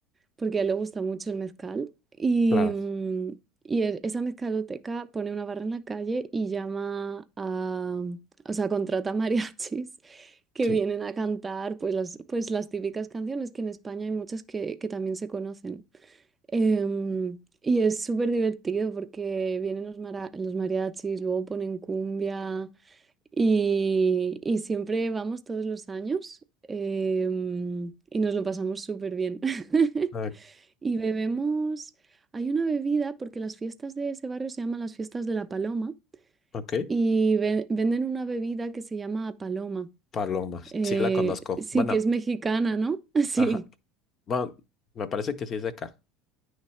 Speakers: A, on the right; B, on the left.
A: porque a él le gusta mucho el mezcal. Y,
B: claro,
A: mm, y e- esa mezcaloteca pone una barra en la calle y llama a, o sea, contrata mariachis <laughs> que
B: sí.
A: vienen a cantar pues las, pues las típicas canciones, que en España hay muchas que, que también se conocen. Em, y es súper divertido porque vienen los, mara- los mariachis, luego ponen cumbia. Y, y siempre vamos todos los años em, y nos lo pasamos súper bien. <laughs>
B: Ah,
A: Y bebemos, hay una bebida, porque las fiestas de ese barrio se llaman las fiestas de la Paloma,
B: ok,
A: y ve- venden una bebida que se llama Paloma.
B: Paloma,
A: Eh,
B: sí la conozco.
A: sí,
B: Bueno,
A: que es mexicana, ¿no? <laughs> Sí,
B: ajá. Bueno, me parece que sí es de acá.